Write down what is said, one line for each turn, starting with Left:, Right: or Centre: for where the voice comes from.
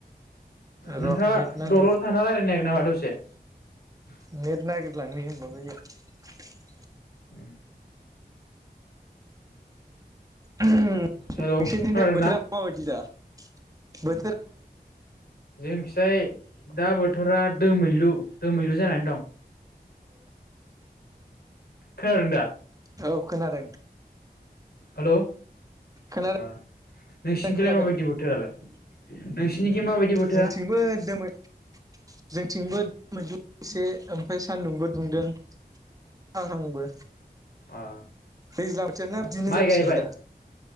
Right: र'
Left: नोंथाङा
Right: नेट नाङै
Left: दलर थाना रायलाय नायगोन नामा दसे <unintelligible>
Right: नेट नागिरलांनि <unintelligible>
Left: <unintelligible>
Right: नोंसोरथिना
Left: हेलौ खोनादोंना
Right: बोथोरा माबायदि दा बो
Left: जोंखिजाय दा बोथोरा दोमैलु दोमैलु जानानै दं खोनादों दा
Right: अ औ खोनादों
Left: हेलौ
Right: खोनादों
Left: ओ नोंसिनिथिलाय
Right: खोनादों
Left: माबायदि बोथोरालाय नोंसिनिखि माबायदि बोथोरा
Right: जोंथिंबो एदमै जोंथिंबो दोमैलु एसे ओमफ्राय सान्दुंबो दुंदों अखा हाहांबो।
Left: अ
Right: दैज्लांसेनो
Left: अ
Right: बिदिनो
Left: माइ
Right: जाासिगोन
Left: गायबाय
Right: दा